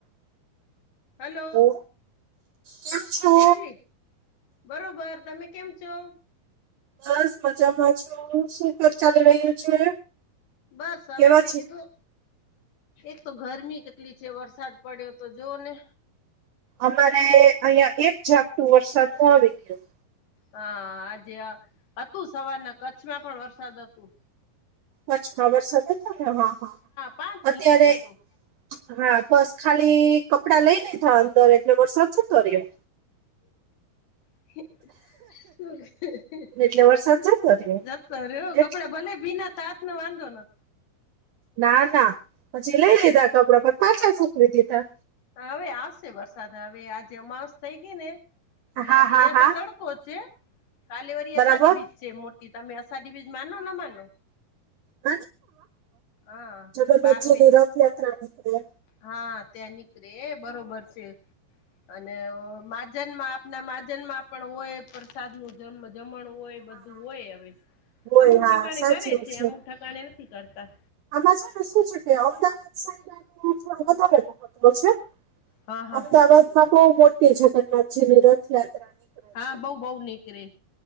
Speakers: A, on the left; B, on the right.
A: હલ્લો?
B: હલો કેમ છો
A: મિરાલી બરોબર. તમે કેમ છો?
B: બસ મજામાં છું. શું ઘર ચાલી રહ્યું છે,
A: બસ હવે
B: કેવા
A: મેં
B: છે?
A: કીધું એક તો ગરમી કેટલી છે, વરસાદ પડ્યો તો જોઓ ને.
B: અમારે અહિયાં-અહિયાં એક ઝાપટું વરસાદનો આવી ગયો.
A: હા. આજે આ, હતું સવારના કચ્છમાં પણ વરસાદ હતું.
B: કચ્છ માં વરસાદ હતો ને, હા, હા.
A: પાંચ મિનિટ
B: અત્યારેય
A: હતું
B: હા, બસ ખાલી કપડા લઈ લીધા અંદર એટલે વરસાદ જતો રહ્યો.
A: <inaudible> શું શું
B: એટલે વરસાદ જતો રહ્યો
A: જતો રહ્યો
B: એટલે
A: કપડા ભલે ભીના થાત નો વાંધો નથ
B: ના, ના, પછી લઈ લીધા કપડાં, પછ પાછા સુકવી દીધા.
A: હા હવે આવશે વરસાદ, હવે આજે અમાવસ થઈ ગઈ ને, એટલે
B: હા
A: આજે
B: હા
A: અહિયાં
B: હા
A: તો તડકો કો ચે કાલે વરી
B: બરાબર
A: અષાઢી બીજ છે મોટી તમે અષાઢી બીજ માનો ના માનો?
B: <unintelligible>
A: હા
B: જગન્નાથજી
A: બાર મે
B: ની રથયાત્રા નીકળે
A: હા, ત્યાં નીકળે બરોબર છે. અને ઓ માજન માં આપના માજનમાં પણ હોય પ્રસાદ નું જમણ હોય
B: હા
A: બધું હોય હવે.
B: હોય
A: અમુક ઠાકાણે
B: હા સાચી
A: કરે
B: વાત
A: છે અમુક ઠાકાણે નથી કરતા.
B: આમાં છે ને શું છે કે અમદાવાદ સાઈડનું થોડું બારે <unintelligible> છે.
A: હા હા
B: અમદાવાદમાં બહુ મોટી જગન્નાથજી ની રથયાત્રા નીકળે
A: હા,
B: છે
A: બઉ બઉ નીકરે.